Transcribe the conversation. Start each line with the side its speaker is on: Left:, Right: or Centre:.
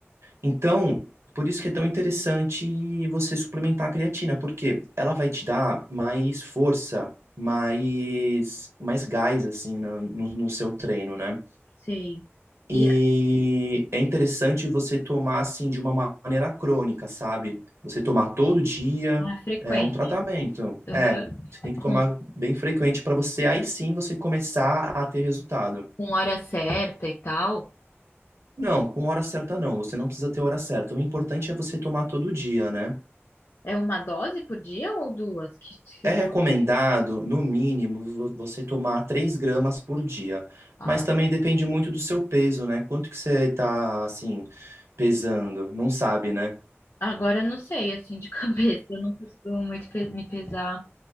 Right: Então, por isso que é tão interessante você suplementar a creatina, porque ela vai te dar mais força, mais, mais gás, assim, na- no, no seu treino, né?
Left: Sim. E
Right: E
Left: é
Right: é interessante você tomar, assim, de uma ma- maneira crônica, sabe? Você tomar todo dia
Left: ah, é frequente.
Right: é um tratamento.
Left: Aham.
Right: É, você tem que tomar
Left: Com,
Right: bem frequente para você, aí sim, você começar a ter resultado.
Left: com hora certa e tal.
Right: Não, com hora certa não, você não precisa ter hora certa. O importante é você tomar todo dia, né?
Left: É uma dose por dia ou duas? Que, que-
Right: É recomendado, no mínimo, vo- você tomar 3 gramas por dia,
Left: ah,
Right: mas também depende muito do seu peso, né? Quanto que você tá, assim, pesando? Não sabe, né?
Left: agora eu não sei, assim, de <laughs> cabeça. Eu não costumo muito pe- me pesar.